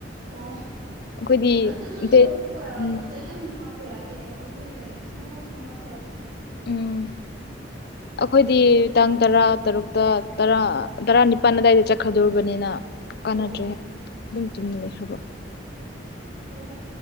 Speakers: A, on the right; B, on the left.
A: ꯑꯣ
B: ꯑꯩꯈꯣꯏꯗꯤ
A: ꯑꯗꯨꯁꯨ
B: ꯗꯦꯠ
A: ꯑꯃꯨꯛꯀ
B: ꯎꯝ
A: ꯄꯣꯠꯆꯩ ꯌꯥꯝ ꯍꯥ ꯍꯥꯏꯗꯤꯦ ꯑꯣꯟꯂꯤ ꯂ ꯏꯁꯃꯣꯜ ꯏꯁꯣꯜ ꯁꯇꯥꯐ
B: ꯎꯝ ꯑꯩꯈꯣꯏꯗꯤ ꯇꯥꯡ ꯇꯔꯥ ꯇꯔꯨꯛꯇ ꯇꯔꯥ ꯇꯔꯥꯅꯤꯄꯥꯜ ꯑꯗꯥꯏꯗ ꯆꯠꯈ꯭ꯔꯗꯣꯔꯕꯅꯤꯅ ꯀꯥꯟꯅꯗ꯭ꯔꯦ
A: ꯑꯣ
B: ꯑꯗꯨꯝ ꯇꯨꯝꯃꯤꯟꯅ ꯂꯩꯈ꯭ꯔꯕ
A: ꯍꯣꯏꯗ